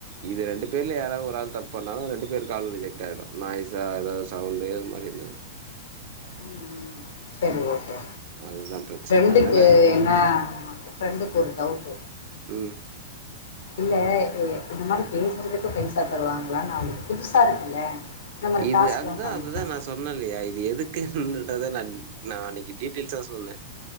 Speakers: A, on the right; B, on the left.
A: இது ரெண்டு பேர்ல யாராது ஒரு ஆள் தப்பு பண்ணாலு ரெண்டு பேர் காலு ரிஜெக்ட் ஆயிடு நாய்ஸா ஏதாவது சவுண்டு இது மாரி இருந்ததுன்ன
B: உம் உம் செரி ஓகே
A: அதுதான் பிரச்சனை.
B: ப்ரெட்ண்டுக்கு
A: அதனால
B: என்னா ப்ரெண்டுக்கு ஒரு டவுட்
A: ம்.
B: இல்ல இந்த மாரி பேசுறதுக்கு பைசா தருவாங்களா நான் அவளுக்கு புதுசா இருக்குல்ல இந்த மாரி
A: இது
B: டாஸ்க்லாம்
A: அதுதான்
B: பண்ண
A: அதுதான் நா சொன்னே இல்லயா இது எதுக் க்குத நான் நா அன்னைக்கு டீட்டெய்ல்ஸா சொன்னே